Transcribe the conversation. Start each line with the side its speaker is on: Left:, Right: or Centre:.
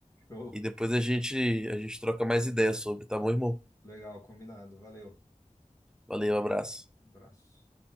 Left: show.
Centre: e depois a gente a gente troca mais ideias sobre, tá bom, irmão?
Left: Legal, combinado. Valeu.
Centre: Valeu, abraço.
Left: Abraço.